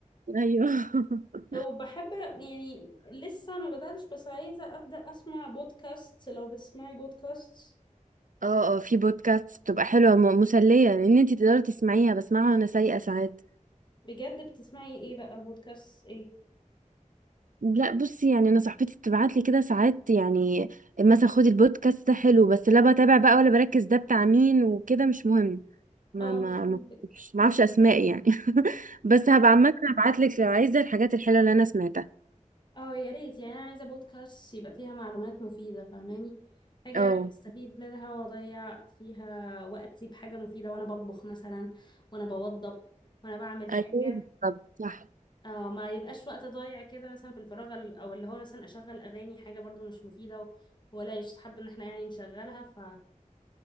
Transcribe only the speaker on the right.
ايوه <laughs>
اه اه في بودكاست بتبقى حلوة م- مسلية ان انتي تقدري تسمعيها بسمعها وانا سايقة ساعات
لا بصي يعني انا صاحبتي بتبعت لي كده ساعات يعني مثلا خدي البودكاست ده حلو بس لا بتابع بقى ولا بركز ده بتاع مين وكده مش مهم ما
ما
ما مش- ما اعرفش اسماء يعني <laughs> بس هبقى عامة هبعت لك لو عايزة الحاجات الحلوة اللي انا سمعتها
اه
ايوه بالظبط صح